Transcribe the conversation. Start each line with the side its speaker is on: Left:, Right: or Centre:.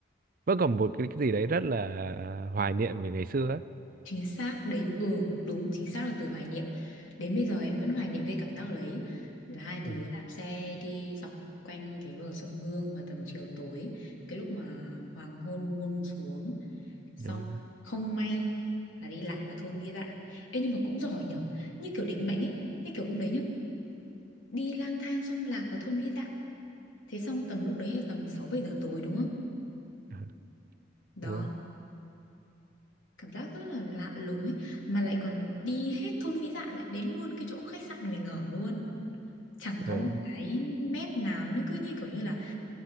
Right: vẫn còn một cái, cái gì đấy rất là hoài niệm về ngày xưa ấy.
Left: chính xác đấy ừ đúng chính xác là từ hoài niệm đến bây giờ em vẫn hoài niệm cái cảm giác đấy là hai đứa
Right: Ừ.
Left: đạp xe đi dọc quanh cái bờ sông Hương vào tầm chiều tối cái lúc mà hoàng hôn buông xuống xong
Right: Đúng rồi.
Left: không may là đi lạc vào thôn Vi Dạ Ê nhưng mà cũng giỏi nhở như kiểu định mệnh ấy như kiểu hôm đấy nhá đi lang thang xong lạc vào thôn Vĩ Dạ Thế xong tầm lúc đấy là tầm sáu bảy giờ tối đúng không?
Right: Ờ,
Left: Đó,
Right: Đúng rồi.
Left: cảm giác rất là lạ lùng ấy. Mà lại còn đi hết thôn Vĩ Dạ lại đến luôn cái chỗ khách sạn mình ở luôn. Chẳng
Right: Ờ.
Left: có một cái mép nào nó cứ như kiểu như là